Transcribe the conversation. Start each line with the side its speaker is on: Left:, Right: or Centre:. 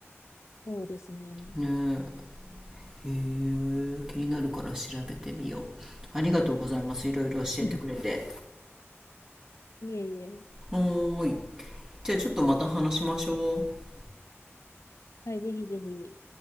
Left: そうですね。
Right: ねえ。へえ。気になるから調べてみよう。ありがとうございます。いろいろ教えてくれて。
Left: <laughs> いえいえ。
Right: はーい。じゃあちょっとまた話しましょう。
Left: はい、ぜひぜひ、